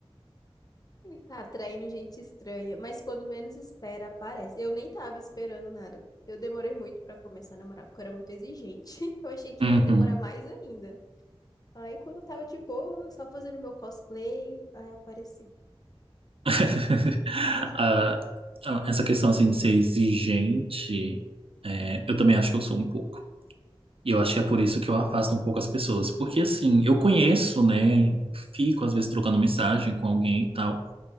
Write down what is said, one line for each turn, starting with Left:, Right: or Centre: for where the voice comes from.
Left: Tá atraindo gente estranha, mas quando menos espera, aparece. Eu nem tava esperando nada. Eu demorei muito pra começar a namorar, porque eu era muito exigente. <laughs> Eu achei que
Right: Uhum.
Left: ia demorar mais ainda. Aí, quando eu tava de boa, só fazendo meu cosplay, aí apareceu.
Right: <laughs>
Left: <laughs>
Right: Ah, então, essa questão assim de ser exigente, é, eu também acho que eu sou um pouco. E eu acho que é por
Left: Hum,
Right: isso que eu afasto um pouco as pessoas. Porque assim, eu conheço, né? Fico às vezes trocando mensagem com alguém e tal.